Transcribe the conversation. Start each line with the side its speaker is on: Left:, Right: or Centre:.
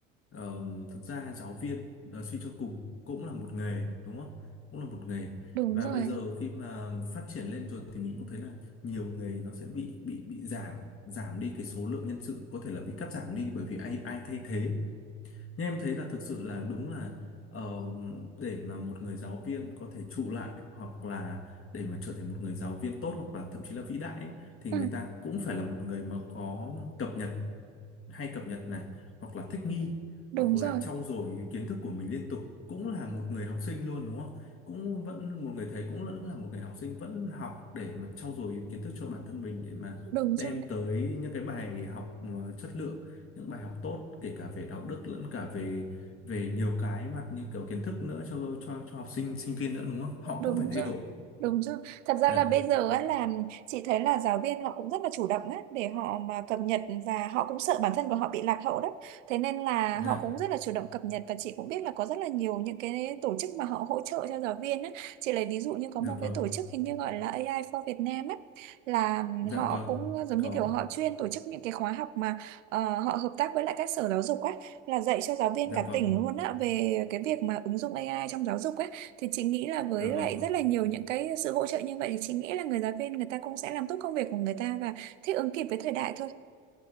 Left: ờ, thực ra giáo viên ờ, suy cho cùng cũng là một nghề đúng không? Cũng là một nghề.
Right: đúng
Left: Và
Right: rồi
Left: bây giờ khi mà phát triển lên rồi thì mình cũng thấy là nhiều nghề nó sẽ bị bị bị giảm giảm đi cái số lượng nhân sự có thể là bị cắt giảm đi bởi vì ai ai thay thế nhưng em thấy là thực sự là đúng là ờ, để mà một người giáo viên có thể trụ lại hoặc là để mà trở thành một người giáo viên tốt hoặc là thậm chí là vĩ đại ấy, thì
Right: ừ,
Left: người ta cũng phải là một người mà có cập nhật hay cập nhật này hoặc là thích nghi
Right: đúng
Left: hoặc là
Right: rồi
Left: trau dồi cái kiến thức của mình liên tục cũng là một người học sinh luôn đúng không cũng vẫn một người thầy cũng vẫn là một người học sinh vẫn học để mà trau dồi kiến thức cho bản thân mình để mà
Right: đúng
Left: đem
Right: rồi
Left: tới những cái bài học mà chất lượng những bài học tốt kể cả về đạo đức lẫn cả về về nhiều cái mặt như kiểu kiến thức nữa cho cho cho học sinh sinh viên nữa đúng không họ
Right: Đúng
Left: cũng phải thay
Right: rồi,
Left: đổi
Right: đúng rồi. Thật ra
Left: dạ
Right: là bây giờ á, là chị thấy là giáo viên họ cũng rất là chủ động á, để họ mà cập nhật và họ cũng sợ bản thân của họ bị lạc hậu đó. Thế nên là
Left: dạ
Right: họ cũng rất là chủ động cập nhật và chị cũng biết là có rất là nhiều những cái tổ chức mà họ hỗ trợ cho giáo viên á. Chị lấy ví dụ như có
Left: dạ
Right: một cái
Left: vâng
Right: tổ chức hình như gọi là AI for Việt Nam á, là
Left: dạ
Right: họ
Left: vâng
Right: cũng giống
Left: có
Right: như kiểu họ chuyên tổ chức những cái khóa học mà ờ, họ hợp tác với lại các sở giáo dục á, là dạy cho giáo viên
Left: dạ
Right: cả
Left: vâng
Right: tỉnh luôn á về cái việc mà ứng dụng AI trong giáo dục á thì chị nghĩ là với
Left: dạ
Right: lại
Left: vâng
Right: rất là nhiều những cái sự hỗ trợ như vậy thì chị nghĩ là người giáo viên người ta cũng sẽ làm tốt công việc của người ta và thích ứng kịp với thời đại thôi